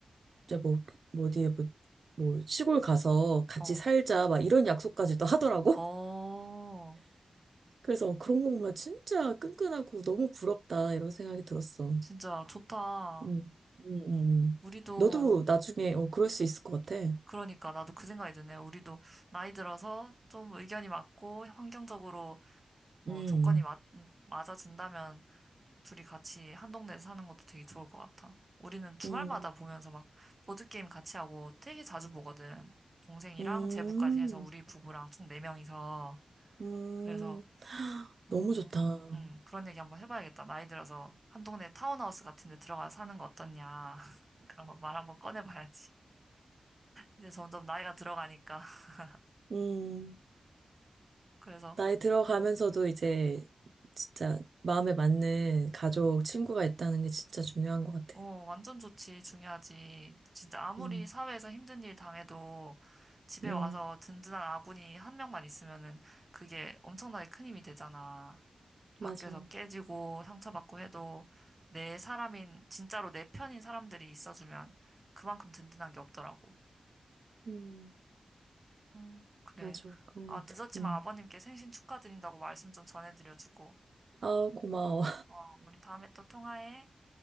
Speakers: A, on the right; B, on the right.
A: 이제 뭐, 뭐 어디 뭐, 뭐 시골 가서 같이
B: 어,
A: 살자 막 이런 약속까지도 하더라고.
B: 어.
A: <laughs> 그래서 그런 거 보면 진짜 끈끈하고 너무 부럽다 이런 생각이 들었어.
B: 진짜 좋다.
A: 음, 음, 음.
B: 우리도,
A: 너도 나중에 어, 그럴 수 있을 것 같아.
B: 그러니까 나도 그 생각이 드네. 우리도 나이 들어서 좀 의견이 맞고 환경적으로 어,
A: 음,
B: 조건이 맞, 맞아준다면 둘이 같이 한 동네에 사는 것도 되게 좋을 것 같아. 우리는 주말마다
A: 음,
B: 보면서 막 보드게임 같이 하고 되게 자주 보거든. 동생이랑
A: 음,
B: 제부까지 해서 우리 부부랑 총 네명이서
A: 음.
B: 그래서,
A: 하,
B: 어,
A: 너무 좋다. 어,
B: 음, 그런 얘기 한번 해봐야겠다. 나이 들어서 한 동네 타운하우스 같은 데 들어가서 사는 거 어떻냐. <laughs> 그런 거 말 한번 꺼내봐야지. 이제 점점 나이가 들어가니까. <laughs>
A: 음,
B: 그래서,
A: 나이 들어가면서도
B: 혀-
A: 이제 진짜 마음에 맞는 가족,
B: 음,
A: 친구가 있다는 게 진짜 중요한 것 같아.
B: 어, 완전 좋지. 중요하지. 진짜 아무리
A: 음,
B: 사회에서 힘든 일 당해도 집에
A: 음,
B: 와서 든든한 아군이 한 명만 있으면은 그게 엄청나게 큰 힘이 되잖아. 밖에서
A: 맞아.
B: 깨지고 상처받고 해도 내 사람인, 진짜로 내 편인 사람들이 있어주면 그만큼 든든한 게 없더라고.
A: 음,
B: 음, 그래.
A: 맞아. 그런
B: 아,
A: 것
B: 늦었지만
A: 같아. 음.
B: 아버님께 생신 축하드린다고 말씀 좀 전해드려주고.
A: 어, 고마워.
B: 어, 우리 다음에 또 통화해.